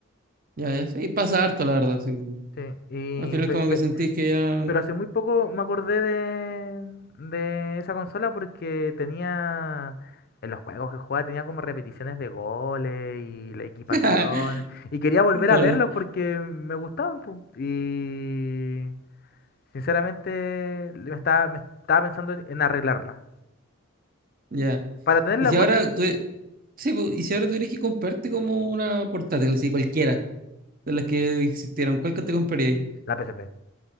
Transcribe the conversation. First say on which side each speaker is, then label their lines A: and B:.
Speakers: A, on the right; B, on the left.
A: Ya, ya. Sí, pasa harto, la verdad. sí.
B: Sí, y,
A: Al final
B: pe-
A: como
B: pe-
A: que sentís que ya...
B: pero hace muy poco me acordé de, de esa consola porque tenía, en los juegos que jugaba, tenía como repeticiones de goles y la equipación.
A: <laughs>
B: Y quería volver
A: Claro,
B: a verlos porque me gustaban, pu. Y, Sinceramente, me estaba, me estaba pensando en, en arreglarla.
A: ya.
B: Para tenerla
A: Y si
B: buena,
A: ahora tú... Sí, po, y si ahora tuvieras que comprarte como una portátil, así cualquiera de las que existieron, ¿cuál que te comprarías?
B: la PSP.